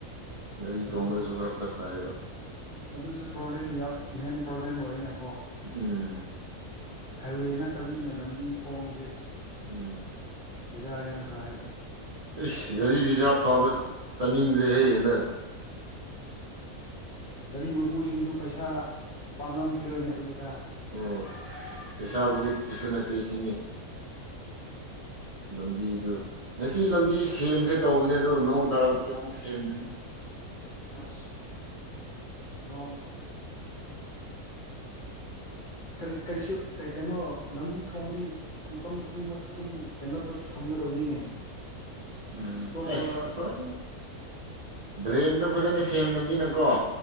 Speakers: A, on the right (about 65°); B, on the left (about 55°).
A: ꯒꯥꯔꯤ
B: ꯑꯗꯨꯁꯨ
A: ꯇꯣꯡꯕꯗꯁꯨ ꯈꯔ
B: ꯑꯁ
A: ꯄꯠ ꯇꯥꯏꯌꯦꯕ
B: ꯑꯗꯨꯁꯨ ꯄ꯭ꯔꯣꯕ꯭ꯂꯦꯝꯗꯤ ꯌꯥꯝ ꯃꯦꯟ ꯄ꯭ꯔꯣꯕ꯭ꯂꯦꯝꯕ ꯑꯣꯏꯅꯀꯣ
A: ꯎꯝ
B: ꯍꯥꯏꯋꯦ ꯅꯠꯇꯕꯅꯤꯅ ꯂꯝꯕꯤ ꯊꯣꯡꯁꯦ
A: ꯎꯝ
B: ꯕꯤꯔꯥ ꯌꯥꯝ ꯀꯥꯏꯕ
A: ꯑꯦꯁ ꯒꯥꯔꯤ ꯔꯤꯖꯥꯚ ꯐꯥꯎꯕ ꯆꯥꯅꯤꯡꯗ꯭ꯔꯦꯍꯦ ꯍꯟꯗꯛ
B: ꯒꯥꯔꯤ ꯃꯄꯨꯁꯤꯡꯁꯨ ꯄꯩꯁꯥ ꯄꯥꯝꯔꯝꯈꯤꯔꯣꯏꯅꯦ ꯍꯧꯖꯤꯛꯀꯥꯟ
A: ꯎꯝ ꯄꯩꯁꯥꯕꯨꯗꯤ ꯀꯔꯤꯁꯨ ꯅꯠꯇꯦ ꯁꯤꯅꯤ ꯂꯝꯕꯤꯗꯨ ꯉꯁꯤ ꯂꯝꯕꯤ ꯁꯦꯝꯁꯦ ꯇꯧꯕꯅꯦ ꯑꯗꯣ ꯅꯣꯡ ꯇꯥꯔꯛꯄꯒꯤ ꯑꯃꯨꯛ ꯁꯦꯝꯗꯔ꯭ꯤꯅꯤ
B: ꯑꯁ ꯅꯣꯡ ꯀꯔꯤ ꯀꯩꯁꯨ ꯀꯩ ꯀꯩꯅꯣ ꯂꯝꯕꯤ ꯊꯣꯡꯗꯤ ꯃꯇꯝ ꯈꯨꯗꯤꯡꯃꯛ ꯑꯗꯨꯝ ꯀꯩꯅꯣꯗ ꯊꯝꯒꯗꯕꯅꯤꯅꯦ
A: ꯎꯝ
B: ꯑꯇꯣꯞꯄ
A: ꯑꯁ ꯑꯩꯈꯣꯏ ꯗ꯭ꯔꯦꯟꯗꯣ ꯐꯖꯅ ꯁꯦꯝꯗꯕꯅꯤꯅꯀꯣ